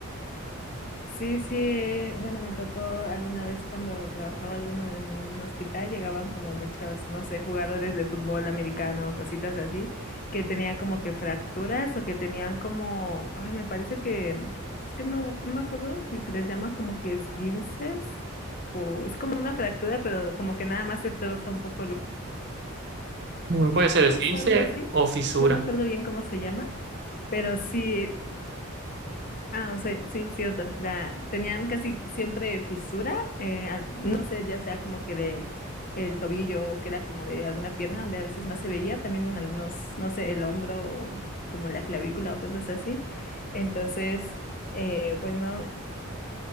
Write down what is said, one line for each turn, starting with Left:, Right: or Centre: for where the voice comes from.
Left: Sí, sí, eh, bueno, me tocó alguna vez cuando trabajaba alguno en un hospital, llegaban como muchos, no sé, jugadores de fútbol americano, cositas así, que tenían como que fracturas o que tenían como, ay, me parece que, es que no, no me acuerdo si se les llama como que esguinces o es como una fractura, pero como que nada más se troza un poco el
Right: Mm, Puede ser
Left: hueso,
Right: esguince
Left: algo así,
Right: o fisura.
Left: no me acuerdo bien cómo se llama. Pero sí, Ah, o sea, sí, cierto. La, tenían casi siempre fisura, eh, al- no sé, ya sea como que de el tobillo o que era como de alguna pierna, donde a veces más se veía, también en algunos, no sé, el hombro o como la clavícula o cosas así. Entonces, eh, pues no,